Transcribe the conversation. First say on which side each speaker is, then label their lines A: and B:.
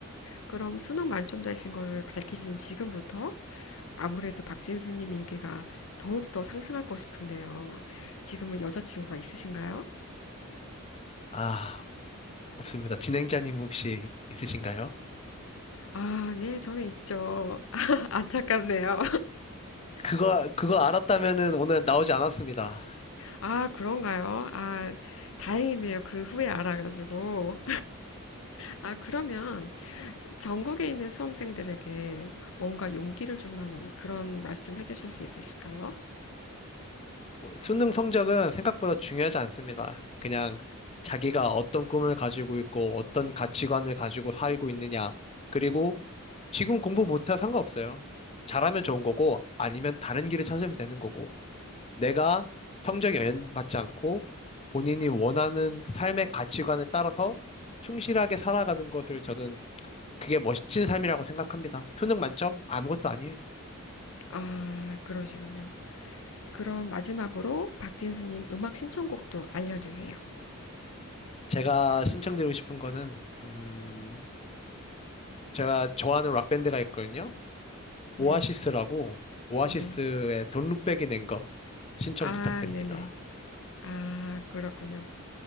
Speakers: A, on the left (about 65°); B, on the left (about 30°).
A: 그럼 수능 만점자이신 거를 밝히신 지금부터 아무래도 박진수님 인기가 더욱 더 상승할 것 싶은데요. 지금은 여자친구가 있으신가요?
B: 아, 없습니다. 진행자님 혹시 있으신가요?
A: 아, 네, 저는 있죠. <laughs> 안타깝네요.
B: 그거, 그거 알았다면은 오늘 나오지 않았습니다.
A: 아, 그런가요? 아, 다행이네요. 그 후에 알아가지고. 아, 그러면 전국에 있는 수험생들에게 뭔가 용기를 줄 만한 그런 말씀 해주실 수 있으실까요?
B: 뭐, 수능 성적은 생각보다 중요하지 않습니다. 그냥 자기가 어떤 꿈을 가지고 있고 어떤 가치관을 가지고 살고 있느냐, 그리고 지금 공부 못해 상관없어요. 잘하면 좋은 거고, 아니면 다른 길을 찾으면 되는 거고, 내가 성적 에 영향받지 않고, 본인이 원하는 삶의 가치관에 따라서 충실하게 살아가는 것을 저는 그게 멋진 삶이라고 생각합니다. 수능 만점? 아무것도 아니에요.
A: 아, 그러시군요. 그럼 마지막으로 박진수님 음악 신청곡도 알려주세요.
B: 제가 신청드리고 싶은 거는, 음, 제가 좋아하는 락밴드가 있거든요.
A: 네,
B: 오아시스라고, 오아시스의
A: 네.
B: 돈 룩백이 낸 거 신청
A: 아,
B: 부탁드립니다.
A: 네네. 아, 그렇군요.